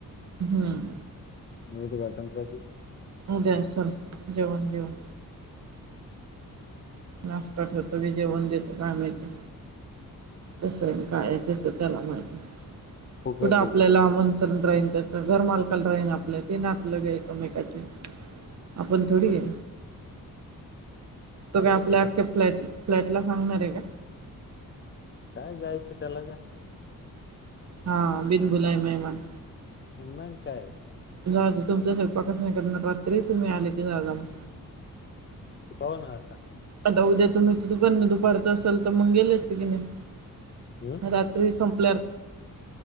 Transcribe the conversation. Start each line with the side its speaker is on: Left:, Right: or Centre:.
Right: हम्
Left: उदघाटन कधी
Right: उद्या असल जेवण -बिवण, नाश्ता ठेवतो की जेवण देतो काय माहिती. कसं आहे नि काय आहे त्याच. त्याला माहिती.
Left: फुकट
Right: कुठे आपल्याला
Left: येतो
Right: आमंत्रण राहीन. त्याच घरमालकाला राहीन आपलं. ते नातलंग आहे एकामेकाचे. आपण थोडी हे. तो काय आपल्या आख्ख्या फ्लॅट फ्लॅटला सांगणार आहे का?
Left: काय जायचं त्याला का
Right: हा बिनबुलाय मेहमान.
Left: मग काय.
Right: जा तुमचा सयंपाकच नाही करणार. रात्री तुम्ही आले की जागा मग.
Left: पाहू ना आता.
Right: आत्ता उद्या तूम्ही त दुपारचं असल तर मंग गेले असते की नाही.
Left: हम्म
Right: रात्री संप